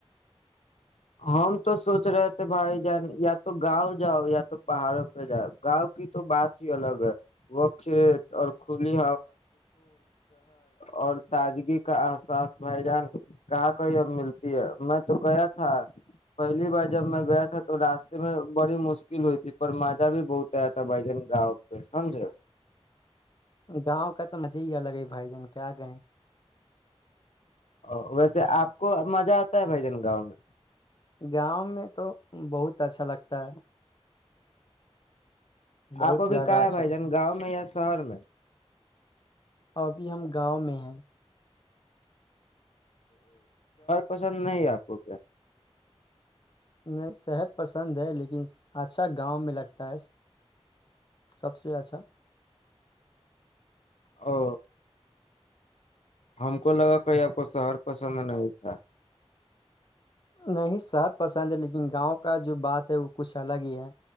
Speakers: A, on the left; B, on the left.
A: ہم تو سوچ رہے تھے بھائی جان یا تو گاؤں جاؤ یا تو پہاڑوں پہ جاؤ گاؤں کی تو بات ہی الگ ہے وہ کھیت اور کھلی اور تاجگی کا اغاز بھائی جان کہا کوئی اب ملتی ہے میں تو گیا پہلی بار جب میں گیا تھا تو راستے میں بڑی مشکل ہوئی تھی پر مادہ بھی بہتر تھا بھائی جان گاؤ پہ سمجھے ہو
B: گاؤں کا بھائی جان کیا کہیں
A: ا ویسے آپ کو مزہ آتا ہے بھائی جن گاؤں میں
B: گاؤں میں تو بہت اچھا لگتا ہے بہت
A: اپ ابھی
B: زیادہ
A: کہاں ہے
B: اچھا
A: بھائی
B: لگتا
A: جان گاؤں میں شہر میں
B: ابھی ہم گاؤں میں ہیں
A: پسند نہیں اپ کو کیا
B: میں صحت پسند ہے لیکن اچھا گاؤں میں لگتا ہے سب سے اچھا
A: او ہم کو لگا کہ آپ کو شہر پسند نہیں تھا
B: نہیں سات پسند ہے لیکن گاؤں کا جو بات وہ کھ الگ ہی ہے